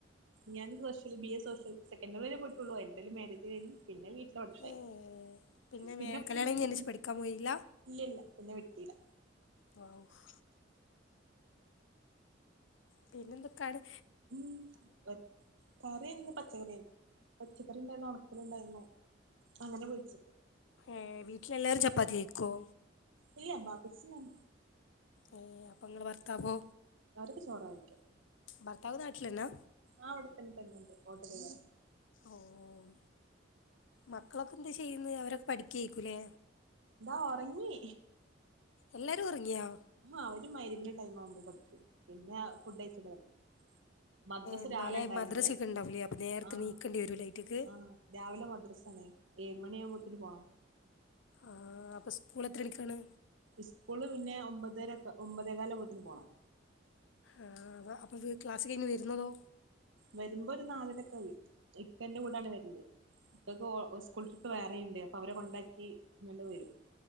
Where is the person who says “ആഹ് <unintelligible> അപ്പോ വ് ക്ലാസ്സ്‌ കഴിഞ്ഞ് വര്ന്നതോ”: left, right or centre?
Left